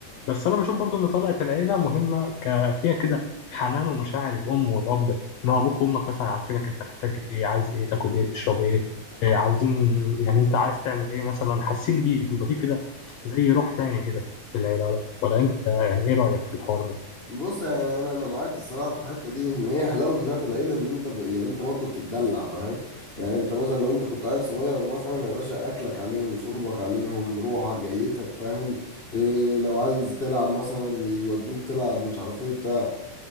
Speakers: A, on the left (about 75°); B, on the left (about 50°).
A: بس أنا بشوف برضو إن طلعت العيلة مهمة ك... فيها كده حنان ومشاعر الأم والأب إن هو أبوك وأمك مثلا عارفينك أنت محتاج إيه عايز إيه تاكل إيه تشرب إيه, إيه عاوزين يعني أنت عايز تعمل إيه مثلا حاسين بيك بيبقى فيه كده زي روح تاني كده في العيلة ولا, ولا أنت يعني إيه رأيك في الحوار ده؟
B: بص يعني انا انا معاك الصراحه في الحته دي ان هي حلاوه بتاعه العيله ان انت ب... يعني انت برضه بتتدلع فاهم يعني انت مثلا لو انت كنت عيل صغير مثلا يا باشا اكلك عليهم شربك عليهم روحك جيتك فاهم إيه لو عايز تلعب مثلا بيودوك تلعب مش عارف ايه بتاع